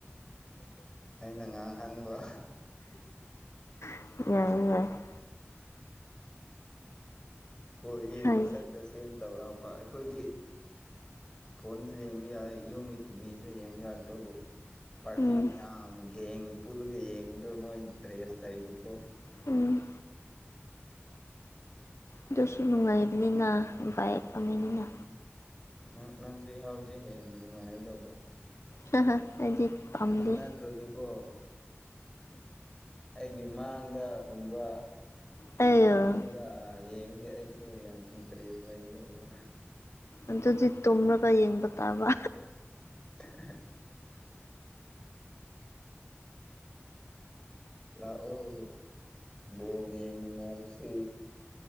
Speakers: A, on the left (about 15°); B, on the left (about 80°).
A: ꯑꯩꯅ ꯉꯥꯡꯍꯟꯕ꯫
B: <unintelligible>
A: ꯑꯣ ꯌꯦꯡꯕ
B: ꯍꯥꯏ
A: ꯆꯠꯈ꯭ꯔꯁꯦꯅ ꯇꯧꯔꯛꯄ ꯑꯩꯈꯣꯏꯗꯤ ꯐꯣꯟꯁꯦ ꯌꯦꯡꯕ ꯌꯥꯏ ꯌꯨꯝꯒꯤ ꯇꯤꯚꯤꯁꯨ ꯌꯦꯡꯕ ꯌꯥꯏ ꯑꯗꯨꯕꯨ ꯄꯥꯔꯇꯤ
B: ꯎꯝ
A: ꯃꯌꯥꯝ ꯒꯦꯡ ꯄꯨꯜꯂꯒ ꯌꯦꯡꯕꯗꯨ ꯃꯣꯏ ꯏꯟꯇꯔꯦꯁ ꯂꯩꯕꯀꯣ
B: ꯎꯝ ꯑꯗꯨꯁꯨ ꯅꯨꯡꯉꯥꯏꯕꯅꯤꯅ ꯕꯥꯏꯛ ꯑꯃꯅꯤꯅ
A: ꯎꯝ ꯅꯪ ꯅꯪ ꯁꯨ ꯌꯥꯎꯔꯗꯤ ꯍꯦꯟꯅ ꯅꯨꯡꯉꯥꯏꯗꯧꯕ
B: ꯍꯥ ꯍꯥ ꯑꯩꯗꯤ ꯄꯥꯝꯗꯦ
A: ꯈꯪꯅꯗ꯭ꯔꯁꯨꯒꯣ ꯑꯩꯒꯤ ꯃꯥꯡꯗꯒꯨꯝꯕ
B: ꯑꯩ
A: ꯐꯝꯃꯒ ꯌꯦꯡꯗꯦ ꯑꯩꯁꯨ ꯌꯥꯝ ꯏꯟꯇꯔꯦꯁ ꯂꯩꯗꯧꯕ
B: ꯑꯗꯨꯗꯤ ꯇꯨꯝꯔꯒ ꯌꯦꯡꯕ ꯇꯥꯕ
A: <unintelligible> ꯂꯥꯛꯑꯣ ꯕꯣꯜ ꯌꯦꯡꯃꯤꯟꯅꯔꯁꯤ